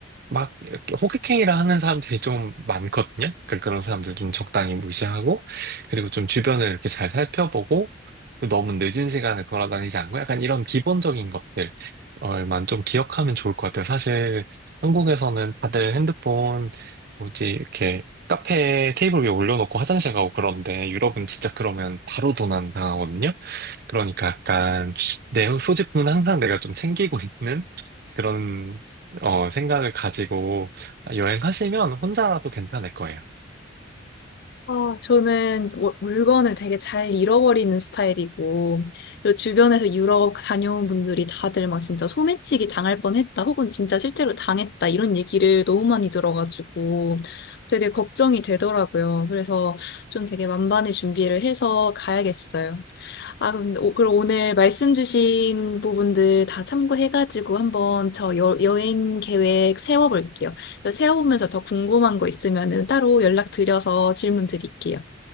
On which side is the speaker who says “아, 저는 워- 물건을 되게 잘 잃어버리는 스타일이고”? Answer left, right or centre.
Left